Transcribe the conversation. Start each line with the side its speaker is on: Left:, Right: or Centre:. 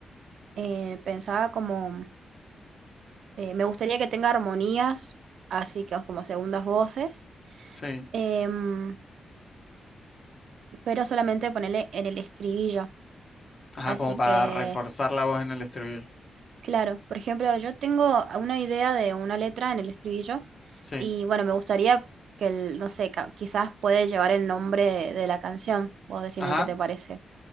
Right: eh, pensaba como, eh, me gustaría que tenga armonías, así que como segundas voces.
Left: Sí.
Right: Em, pero solamente ponerle en el estribillo.
Left: Ajá,
Right: Así
Left: como para
Right: que,
Left: reforzar la voz en el estribillo.
Right: claro, por ejemplo, yo tengo una idea de una letra en el estribillo
Left: Sí.
Right: y bueno, me gustaría que el, no sé, ca- quizás puede llevar el nombre de, de la canción. Vos decime
Left: Ajá,
Right: qué te parece.